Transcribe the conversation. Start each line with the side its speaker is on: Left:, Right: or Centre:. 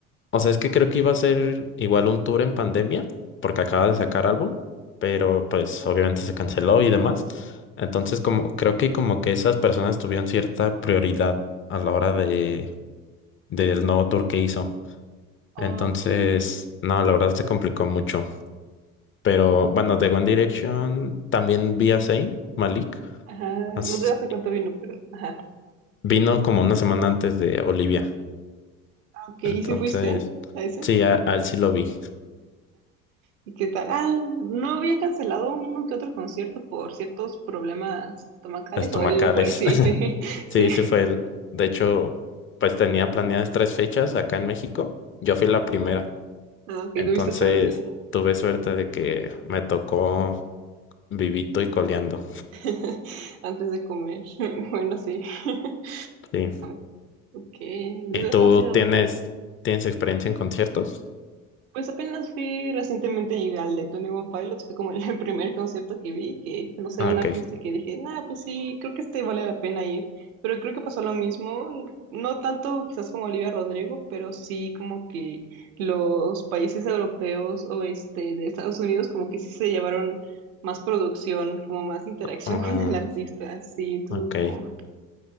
Left: O sea, es que creo que iba a ser igual un tour en pandemia, porque acaba de sacar álbum, pero pues obviamente se canceló y demás. Entonces, como creo que como que esas personas tuvieron cierta prioridad a la hora de del nuevo tour que hizo.
Right: Ah,
Left: Entonces,
Right: ok.
Left: no, la verdad se complicó mucho. Pero bueno, de One Direction también vi a Zayn Malik.
Right: Ajá,
Left: as-
Right: no sé hace cuánto vino, pero ajá.
Left: Vino como una semana antes de Olivia.
Right: Ah, Ok, ¿y
Left: Entonces,
Right: si fuiste a ese?
Left: sí, a, a él sí lo vi.
Right: ¿Y qué tal? Ah, ¿no había cancelado uno que otro concierto por ciertos problemas estomacales
Left: Estomacales.
Right: o él no fue? Sí, <laughs> sí.
Left: Sí, sí fue él. De hecho, pues tenía planeadas tres fechas acá en México. Yo fui la primera.
Right: Ah, ok,
Left: Entonces,
Right: tuviste suerte
Left: tuve suerte de que me tocó vivito y coleando.
Right: <laughs> antes de comer. <laughs> Bueno, sí. <laughs>
Left: Sí.
Right: Ah, Ok, entonces
Left: ¿Y tú
Right: has ido
Left: tienes, tienes experiencia en conciertos?
Right: Pues apenas fui recientemente al de Tony One Pilots, fue como el <laughs> primer concierto que vi, que no sé,
Left: Ah,
Right: un
Left: Ok.
Right: artista que dije, nah, pues sí, creo que este vale la pena ir, pero creo que pasó lo mismo, no tanto quizás como Olivia Rodrigo, pero sí como que los países europeos o este de Estados Unidos como que sí se llevaron más producción, como más interacción
Left: Ah,
Right: <laughs> con el artista, sí, entonces
Left: ok.
Right: como